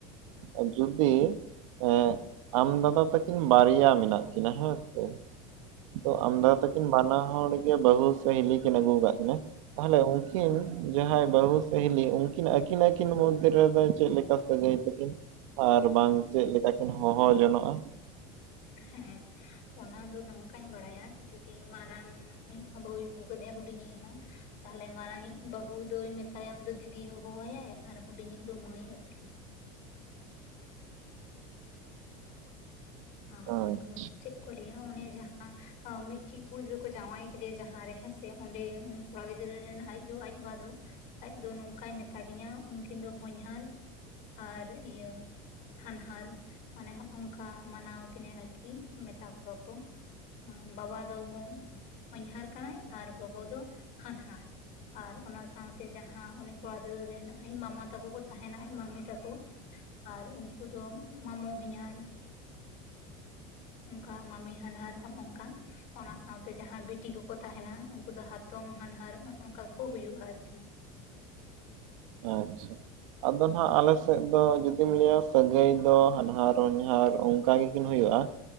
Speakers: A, on the right; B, on the left.
A: ᱟᱨ ᱡᱩᱫᱤ ᱦᱮᱸ ᱟᱢ ᱫᱟᱫᱟ ᱛᱟᱹᱠᱤᱱ ᱵᱟᱨᱭᱟ ᱢᱮᱱᱟᱜ ᱠᱤᱱᱟ ᱦᱳᱭ ᱥᱮ᱾ ᱛᱚ ᱟᱢᱫᱟ ᱛᱟᱹᱠᱤᱱ ᱵᱟᱱᱟ ᱦᱚᱲ ᱜᱮ ᱵᱟᱹᱦᱩ ᱥᱮ ᱦᱤᱞᱤ ᱠᱤᱱ ᱟᱹᱜᱩ ᱟᱠᱟᱫ ᱠᱤᱱᱟ ᱛᱟᱦᱚᱞᱮ ᱩᱱᱠᱤᱱ ᱡᱟᱦᱟᱸᱭ ᱵᱟᱹᱦᱩ ᱥᱮ ᱦᱞᱤᱤ ᱩᱱᱠᱤᱱ ᱟᱠᱤᱱ ᱟᱠᱤᱱ ᱢᱚᱫᱫᱷᱮ ᱨᱮᱫᱚ ᱪᱮᱫ ᱞᱮᱠᱟ ᱥᱟᱹᱜᱟᱹᱭ ᱛᱟᱹᱠᱤᱱ᱾ ᱟᱨ ᱵᱟᱝ ᱪᱮᱫ ᱞᱮᱠᱟ ᱠᱤᱱ ᱦᱚᱦᱚ ᱡᱚᱱᱚᱜᱼᱟ᱾
B: ᱦᱮᱸ ᱚᱱᱟ ᱫᱚ ᱱᱚᱝᱠᱟᱧ ᱵᱟᱲᱟᱭᱟ ᱡᱩᱫᱤ ᱢᱟᱨᱟᱝ ᱢᱤᱫ ᱦᱚᱸ ᱵᱟᱹᱦᱩ ᱟᱹᱜᱩ ᱠᱟᱫᱮᱭᱟ ᱦᱩᱰᱤᱧ ᱤᱡ ᱦᱚᱸ ᱛᱟᱦᱞᱮ ᱢᱟᱨᱟᱝ ᱤᱡ ᱵᱟᱹᱦᱩ ᱫᱚᱭ ᱢᱮᱛᱟᱭᱟ ᱩᱱᱤ ᱫᱚ ᱫᱤᱫᱤᱭ ᱦᱚᱦᱚᱣᱟᱭ ᱟᱨ ᱦᱩᱰᱤᱧ ᱤᱡ ᱫᱚ ᱢᱟᱹᱭ ᱟᱨᱠᱤ᱾ ᱦᱮᱸ
A: ᱟᱪᱪᱷᱟ
B: ᱟᱫᱚ ᱪᱮᱫ ᱠᱚ ᱞᱟᱹᱭᱟ ᱩᱱᱤ ᱡᱟᱦᱟᱸ ᱢᱤᱫᱴᱮᱡ ᱠᱩᱲᱤ ᱜᱤᱫᱽᱨᱟᱹ ᱠᱚ ᱡᱟᱶᱟᱭ ᱠᱮᱫᱮᱭᱟ ᱡᱟᱦᱟᱸ ᱨᱮ ᱦᱮᱸ ᱥᱮ ᱚᱸᱰᱮ ᱩᱱᱤ ᱠᱚᱲᱟ ᱜᱤᱫᱽᱨᱟᱹ ᱨᱮᱱ ᱟᱡ ᱭᱩ ᱟᱡ ᱵᱟᱵᱟ ᱫᱚ ᱟᱡ ᱫᱚ ᱱᱚᱝᱠᱟᱭ ᱢᱮᱛᱟ ᱫᱤᱱᱟ. ᱩᱱᱠᱤᱱ ᱫᱚ ᱦᱚᱧᱦᱟᱹᱨ᱾ ᱟᱨ ᱤᱭᱟᱹ ᱦᱟᱱᱦᱟᱨ ᱢᱟᱱᱮ ᱦᱚᱜ ᱚᱝᱠᱟ ᱢᱟᱱᱟᱣ ᱠᱤᱱᱟᱹ ᱟᱨᱠᱤ ᱢᱮᱛᱟ ᱠᱚᱣᱟ ᱠᱚ ᱵᱟᱵᱟ ᱦᱚᱸᱧᱦᱟᱨ ᱠᱟᱱᱟᱭ ᱟᱨ ᱜᱚᱜᱚ ᱫᱚ ᱦᱟᱱᱦᱟᱨ᱾ ᱟᱨ ᱚᱱᱟ ᱥᱟᱶᱛᱮ ᱡᱟᱦᱟᱸ ᱩᱱᱤ ᱠᱚᱲᱟ ᱜᱤᱫᱽᱨᱟᱹ ᱨᱮᱱ ᱟᱡ ᱢᱟᱢᱟ ᱛᱟᱠᱚ ᱠᱚ ᱛᱟᱦᱮᱱᱟ ᱟᱡ ᱢᱟᱹᱢᱤ ᱛᱟᱠᱚ ᱟᱨ ᱩᱱᱠᱩ ᱫᱚ ᱢᱟᱢᱚ ᱦᱚᱧᱦᱟᱨ ᱚᱱᱠᱟ ᱢᱟᱢᱤ ᱦᱟᱱᱦᱟᱨ ᱦᱚᱜ ᱚᱱᱠᱟ᱾ ᱚᱱᱟ ᱥᱟᱶᱛᱮ ᱡᱟᱦᱟᱸᱭ ᱵᱤᱴᱤ ᱠᱚᱠᱚ ᱛᱟᱦᱮᱱᱟ ᱩᱱᱠᱩ ᱫᱚ ᱦᱟᱛᱚᱢ ᱦᱟᱱᱦᱟᱨ ᱱᱚᱜ ᱚᱱᱠᱟ ᱠᱚ ᱦᱩᱭᱩᱜᱼᱟ ᱟᱨᱠᱤ ᱾
A: ᱟᱪᱪᱷᱟ ᱾ ᱟᱫᱚ ᱱᱟᱦᱱᱟᱜ ᱟᱞᱮ ᱥᱮᱫ ᱫᱚ ᱡᱩᱫᱤᱢ ᱞᱟᱹᱭᱟ ᱥᱟᱹᱜᱟᱹᱭ ᱫᱚ ᱦᱟᱱᱦᱟᱨ ᱦᱚᱧᱦᱟᱨ ᱚᱱᱠᱟ ᱜᱮᱠᱤᱱ ᱦᱩᱭᱩᱜᱼᱟ,